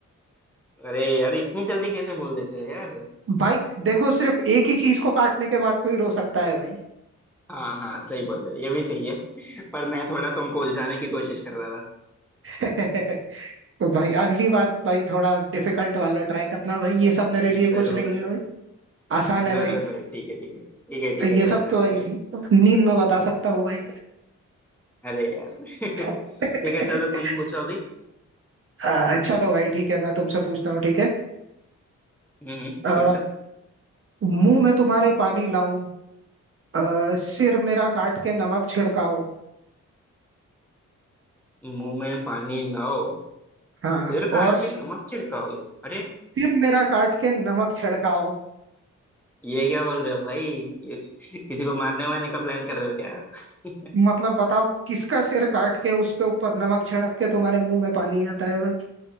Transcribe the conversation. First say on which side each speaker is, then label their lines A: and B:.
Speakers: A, in the centre; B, on the right.
A: <laughs> अरे यार इतनी जल्दी कैसे बोल देते हो यार
B: भाई देखो सिर्फ एक ही चीज को काटने के बाद कोई रो सकता है भाई
A: हाँ हाँ सही बोल रहे हो ये भी सही है <laughs> पर मैं थोड़ा तुमको उलझाने की कोशिश कर रहा था
B: <laughs> तो भाई अगली बार भाई थोड़ा डिफिकल्ट वाला ट्राई करना भाई ये सब मेरे लिए
A: जरूर
B: कुछ नहीं है भाई आसान है
A: जरूर
B: भाई
A: भाई ठीक है ठीक है ठीक है ठीक है
B: ये सब
A: कोई
B: तो
A: बात
B: भाई
A: नहीं
B: नींद में बता सकता हूँ भाई
A: अरे यार <laughs>
B: <laughs>
A: ठीक है चलो तुम पूछो अभी
B: आ, चलो भाई ठीक है मैं तुमसे पूछता हूँ ठीक है
A: हम्म हम्म,
B: आ,
A: पूछो
B: मुंह में तुम्हारे पानी लाऊं अ, सिर मेरा काट के नमक छिड़काओ
A: मुंह में पानी लाओ
B: हाँ
A: सिर काट
B: और
A: के नमक छिड़काओ अरे
B: सिर मेरा काट के नमक छिड़काओ
A: ये क्या बोल रहे हो भाई ये किसी को मारने वारने का प्लान कर रहे हो क्या
B: मतलब बताओ किसका सिर काट के उसके ऊपर नमक छिड़क के तुम्हारे मुंह में पानी आता है भाई